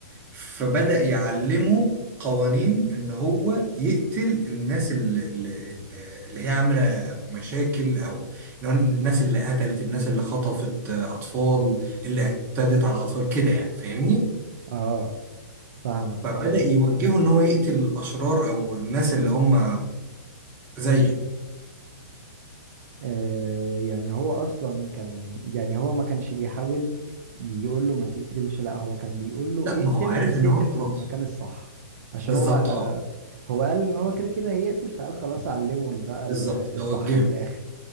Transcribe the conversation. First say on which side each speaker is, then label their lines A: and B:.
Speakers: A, on the right; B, on the right.
A: فبدأ يعلمه قوانين ان هو يقتل الناس اللي, اللي اللي هي عاملة مشاكل او إن هو الناس اللي قتلت الناس اللي خطفت اطفال اللي اعتدت على اطفال كده يعني فاهمني
B: اه فاهمك
A: فبدأ
B: اه
A: يوجهه ان هو يقتل الاشرار او الناس اللي هم زيه
B: آه، يعني هو اصلا كان يعني هو ما كانش بيحاول يقول له ما تقتلش لا هو كان بيقول له
A: لا
B: اقتل
A: ما هو عارف
B: بس
A: ان
B: اقتل
A: هو خلاص
B: في المكان الصح عشان
A: بالظبط
B: هو آه،
A: اه
B: هو قال ان هو كده كده هيقتل فقال خلاص اعلمه بقى ال-
A: بالظبط
B: الصح
A: هوجهه
B: من الاخر